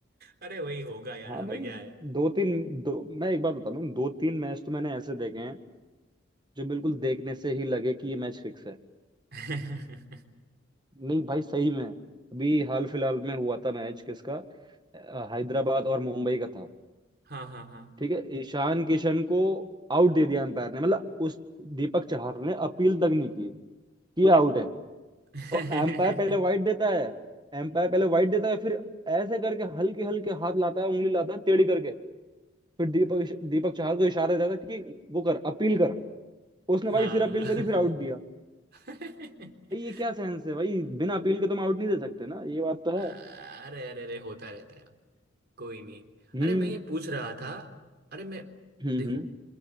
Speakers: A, on the right; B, on the right.
A: अरे वही होगा यार
B: हाँ
A: हमें
B: भाई
A: क्या है
B: दो तीन दो मैं एक बात बताता हूँ दो तीन मैच तो मैंने ऐसे देखे हैं जो बिल्कुल देखने से ही लगे कि ये मैच फिक्स है
A: <laughs>
B: नहीं भाई सही में अभी हाल फिलहाल में हुआ था मैच किसका अ, हैदराबाद और मुंबई का था
A: हाँ हाँ हाँ
B: ठीक है ईशान किशन को आउट दे दिया एम्पायर ने मतलब उस दीपक चाहर ने अपील तक नहीं की कि आउट है
A: <laughs>
B: और एम्पायर पहले वाइड देता है एम्पायर पहले वाइड देता है फिर ऐसे करके हल्के हल्के हाथ लाता है उंगली लाता है टेढ़ी करके फिर दीपक दीपक चाहर को इशारा देता है कि वो कर अपील कर उसने
A: हाँ
B: भाई फिर अपील करी फिर आउट दिया
A: <laughs>
B: भाई ये क्या सेंस है भाई बिना अपील के तुम आउट नहीं दे सकते ना ये बात तो
A: अरे
B: है
A: अरे अरे होता रहता है कोई नहीं
B: हम्म
A: अरे मैं ये पूछ रहा था अरे मैं
B: हम्म
A: देखो
B: हम्म